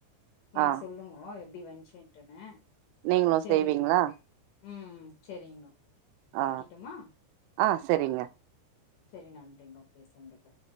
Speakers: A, on the left (about 80°); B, on the right (about 85°).
A: எனக்கு
B: ஆ
A: சொல்லுங்கோ எப்டி வந்ச்சுன்ட்டுன்னு
B: நீங்களு
A: செரிங்கோ
B: செய்வீங்களா
A: ம் செரிங்கோ
B: ஆ
A: வைக்கட்டுமா
B: ஆ செரிங்க
A: செரி நன்றிங்க பேசன்துக்கு